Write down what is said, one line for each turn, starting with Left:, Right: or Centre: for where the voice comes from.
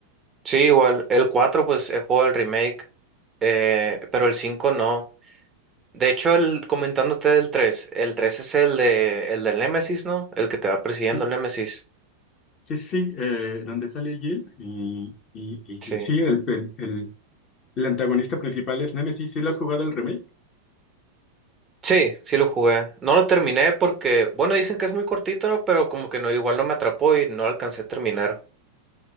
Right: Sí, igual. El 4 pues he jugado el remake, eh, pero el 5 no. De hecho, el, comentándote del tres el 3 es el de, el del Nemesis, ¿no? El que te va persiguiendo
Left: Sí,
Right: el Nemesis.
Left: sí, sí, eh, donde sale Jill y, y, y-
Right: sí.
Left: y sí, el, el, el, el antagonista principal es Nemesis. ¿Sí lo has jugado el remake?
Right: Sí, sí lo jugué. No lo terminé porque, bueno, dicen que es muy cortito, ¿no? Pero como que no, igual no me atrapó y no alcancé a terminar.